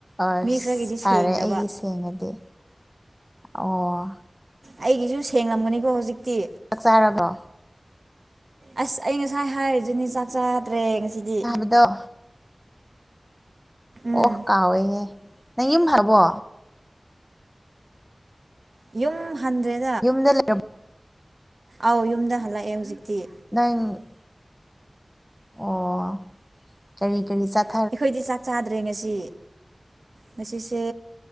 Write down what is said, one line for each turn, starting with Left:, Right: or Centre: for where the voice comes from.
Centre: ꯑꯁ
Right: ꯃꯤ ꯈꯔꯒꯤꯗꯤ
Centre: ꯐꯔꯦ
Right: ꯁꯦꯡꯗꯕ
Centre: ꯑꯩꯒꯤ ꯁꯦꯡꯉꯗꯤ ꯑꯣ
Right: ꯑꯩꯒꯤꯁꯨ ꯁꯦꯡꯂꯝꯒꯅꯤꯀꯣ ꯍꯨꯖꯤꯛꯇꯤ
Centre: ꯑꯛ ꯆꯥꯔꯕꯣ
Right: ꯑꯁ ꯑꯩ ꯉꯁꯥꯏ ꯍꯥꯏꯔꯤꯗꯨꯅꯤ ꯆꯥꯛ ꯆꯥꯗ꯭ꯔꯦ ꯉꯁꯤꯗꯤ
Centre: ꯗꯣ
Right: ꯎꯝ
Centre: ꯑꯣ ꯀꯥꯎꯋꯦꯍꯦ ꯅꯪ ꯌꯨꯝ ꯍꯕꯣ
Right: ꯌꯨꯝ ꯍꯟꯗ꯭ꯔꯦꯠ
Centre: ꯌꯨꯝꯗ ꯂꯩꯔꯞ
Right: ꯑꯧ ꯌꯨꯝꯗ ꯍꯜꯂꯑꯦ ꯍꯧꯖꯤꯛꯇꯤ
Centre: ꯅꯪ ꯑꯣ ꯀꯔꯤ ꯀꯔꯤ ꯆꯠ
Right: ꯑꯩꯈꯣꯏꯗꯤ ꯆꯥꯛ ꯆꯥꯗ꯭ꯔꯦ ꯉꯁꯤ ꯉꯁꯤꯁꯦ